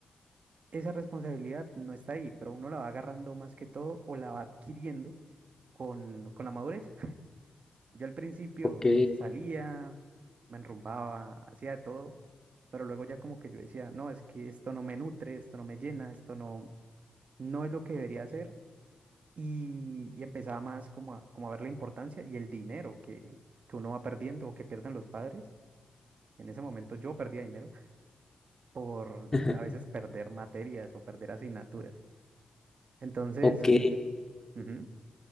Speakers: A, on the right; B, on the left.
A: esa responsabilidad no está ahí, pero uno la va agarrando más que todo o la va adquiriendo con, con la madurez. <laughs> Yo al principio
B: Ok.
A: salía, me enrumbaba, hacía de todo, pero luego ya como que yo decía, no, es que esto no me nutre, esto no me llena, esto no, no es lo que debería hacer. Y, y empezaba más como a, como a ver la importancia y el dinero que, que uno va perdiendo o que pierden los padres. En ese momento yo perdía dinero <laughs> por
B: <laughs>
A: a veces perder materias o perder asignaturas. Entonces,
B: Ok,
A: Ujú,